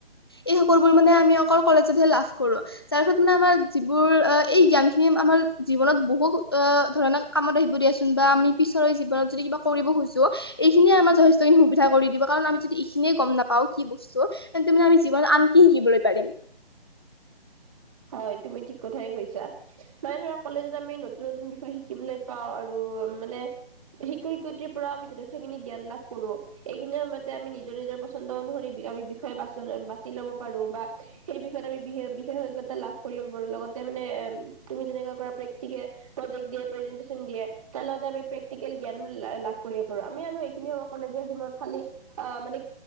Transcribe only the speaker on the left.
এই সকলোবোৰ মানে আমি অকল কলেজতহে লাভ কৰোঁ। যাৰ ফলত মানে আমাৰ যিবোৰ এই জ্ঞান খিনি আমাৰ জীৱনত বহু আহ ধৰণক কামত আহিব দিয়াচোন বা আমি পিছৰে জীৱনত যদি কিবা কৰিব খোজো এইখিনিয়ে আমাৰ যথে- য খিনি সুবিধা কৰি দিব কাৰণ আমি যদি এইখিনিয়ে গম নাপাওঁ কি বস্তু তেন্তে মানে আমি জীৱন আনকি শিকিবলৈ পাৰিম।